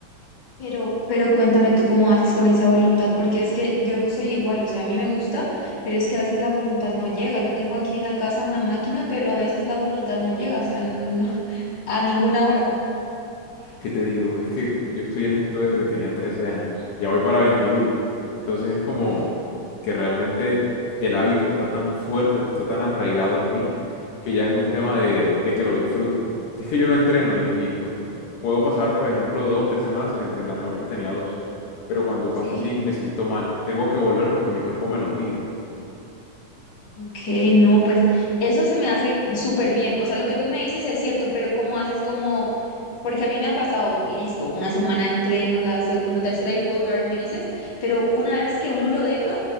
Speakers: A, on the left; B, on the left.
A: Pero, pero cuéntame tú cómo haces con esa voluntad, porque es que yo soy igual, o sea, a mí me gusta, pero es que a veces la voluntad no llega. Yo tengo aquí en la casa una máquina, pero a veces la voluntad no llega, o sea, no, <laughs> a ninguna hora.
B: ¿Qué te digo? Es que yo estoy en esto desde que tenía 13 años. Ya voy para 21. Entonces es como
A: Uf,
B: que realmente el hábito está tan fuerte, está tan arraigado en mí, que ya es un tema de, de que lo disfruto. Es que yo lo entreno y, y, pues puedo pasar, por ejemplo, dos, tres semanas sin entrenar. Ahorita tenía dos. Pero cuando
A: sí.
B: pasa así, me siento mal. Tengo que volver porque mi cuerpo me lo pide.
A: Ok, no, pues eso se me hace súper bien. O sea, lo que tú me dices es cierto, pero ¿cómo haces como...? Porque a mí me ha pasado, listo, una semana entreno, la segunda, tercera y puedo durar meses, pero una vez que uno lo deja,